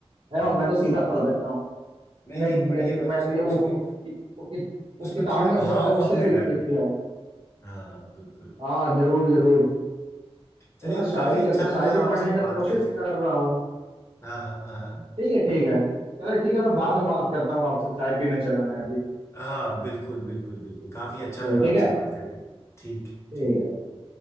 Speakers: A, on the left; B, on the right.
A: हाँ
B: ए, मैं तो सीधा
A: बिल्कुल
B: पढ़ देता हूँ
A: नहीं
B: लाइक
A: नहीं पढ़िए
B: लाइक
A: मत
B: मैंने
A: उसको
B: ये
A: उसको
B: वो कि, कि, वो, कि, वो
A: उसमें
B: किताब
A: थोड़े
B: में
A: भाव
B: बहुत अच्छे
A: अपने
B: से ये
A: डालिए
B: किया है
A: हाँ बिल्कुल
B: हाँ जरूर जरूर
A: चलिए
B: मैं शायरी
A: काफी
B: कर
A: अच्छा लगा
B: शायरी
A: आपसे
B: पढ़ने का
A: बात
B: कोशिश
A: करके
B: कर रहा हूँ
A: हाँ हाँ हाँ हाँ
B: ठीक है ठीक है चलो ठीक है मैं बाद
A: का-
B: में बात करता हूँ आपसे चाय पीने चला मैं अभी
A: हाँ बिल्कुल बिल्कुल बिल्कुल काफी अच्छा
B: चलो
A: लगा
B: ठीक
A: आपसे
B: है
A: बात करके ठीक है
B: ठीक
A: ठीक
B: है